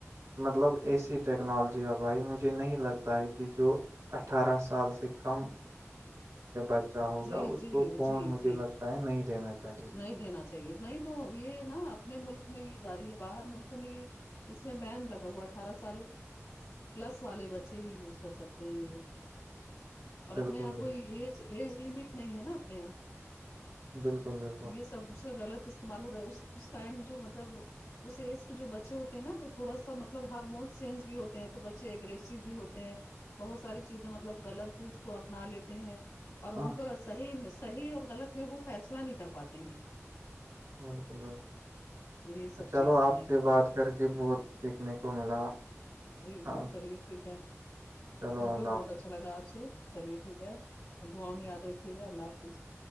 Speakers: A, on the right (about 75°); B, on the left (about 75°).
A: مطلب ایسی ٹیکنالوجی ہے بھائی مجھے نہیں لگتا ہے کہ جو اٹھارہ سال سے کم اچھا ہوگا
B: جی
A: اس
B: جی
A: کو فون
B: جی
A: مجھے
B: جی
A: لگتا ہے نہیں دینا چاہیے
B: نہیں دینا چاہیے نہیں تو یہ نا اپنے ملک میں یہ جاری ہے باہر ملکوں میں یہ اس میں بین لگا ہوا اٹھارہ سال پلس والے بچے ہی یوز کر سکتے ہیں یہ اور
A: بالکل
B: اپنے یہاں کوئی ایج ایج لمٹ نہیں ہے نا اپنے یہاں
A: بالکل بالکل
B: تو یہ سب سے غلط استعمال ہو رہا ہے اس ٹائم جو مطلب اس ایج کے جو بچے ہوتے ہیں نا تو تھوڑا سا مطلب ہارمونس چینج بھی ہوتے ہیں تو بچے اگریسیو بھی ہوتے ہیں بہت ساری چیزیں مطلب غلط بھی اس کو اپنا لیتے ہیں اور
A: اچھا
B: ان کا صحیح صحیح اور غلط میں وہ فیصلہ نہیں کر پاتے ہیں
A: بالکل بالکل
B: یہ سب
A: چلو
B: چیزیں
A: آپ
B: ہیں
A: سے بات کر کے بہت سیکھنے کو ملا
B: جی جی
A: آپ
B: چلیے
A: سے-
B: ٹھیک ہے
A: چلو
B: ہم کو
A: اللہ
B: بھی بہت اچھا لگا آپ سے چلیے ٹھیک ہے دعا میں یاد رکھیے گا اللہ حافظ